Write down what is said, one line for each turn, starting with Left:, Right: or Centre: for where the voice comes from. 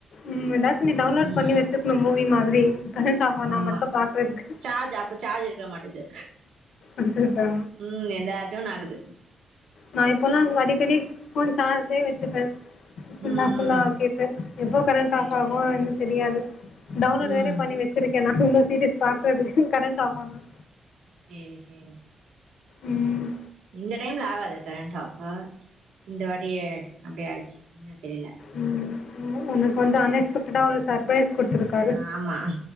Left: ம் எதாச்சு நீ டவுன்லோட்
Right: ம்
Left: பண்ணி வெச்சிருக்கணு மூவி மாதிரி கரண்ட் ஆஃபானா
Right: ஆமா
Left: மட்டு பாக்குறதுக்கு
Right: சார்ஜ் அப்ப சார்ஜ் இருக்க மாட்டேது
Left: அச்சச்சோ!
Right: ம் எதாச்சு ஒன்னு ஆகுது
Left: நா இப்போலா அடிக்கடி ஃபோன் சார்ஜ்லே வெச்சுப்பே ஃபுல்லா
Right: ம்
Left: ஃபுல்லா
Right: ம்
Left: ஆக்கிட்டு எப்போ கரண்ட்
Right: சேரி
Left: ஆஃப் ஆகுன்
Right: சேரி
Left: என்ன தெரியாது டவுன்லோடு
Right: ம்
Left: வேற பண்ணி வெச் ச்சிருக்கே நா <unintelligible> சீரியஸ் பாக்றதுக்கு கரண்ட்டு ஆஃபான
Right: சேரி சேரி
Left: ம்
Right: இந்த டைம்ல ஆகாது கரண்ட்டு ஆஃபு இந்த வாட்டியே அப்டி ஆயிச்சு என்ன தெரில
Left: ம் ம் உ உனக்கு வந்து அன் எக்ஸ்பெக்டடா ஒரு சர்ப்ரைஸ் குடுத்துருக்
Right: அ ஆமா